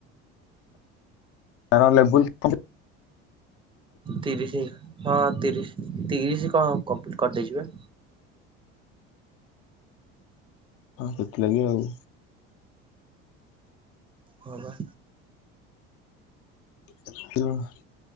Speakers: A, on the left; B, on the right.
A: ତାର ଲେବୁଲ୍ <unintelligible>
B: ତିରିଶି ହଁ ତିରିଶ୍ ତିରିଶି କଣ କରିଦେଇଚି ବା।
A: ସେଥିଲାଗି ଆଉ।
B: ହଁ ବା।
A: <unintelligible>